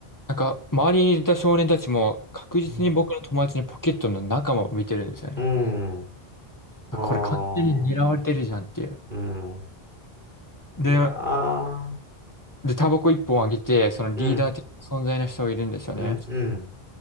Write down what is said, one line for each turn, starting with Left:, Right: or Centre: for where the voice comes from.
Left: なんか、周りにいた少年たちも確実に僕の友達のポケットの中も見てるんですよね。
Right: うん。ああー。
Left: あ、これ完全に狙われてるじゃんっていう。
Right: うん。
Left: で、
Right: いやー。
Left: で、タバコ一本あげて、そのリーダー的な存在の人がいるんですよね。
Right: うん。うん。うん。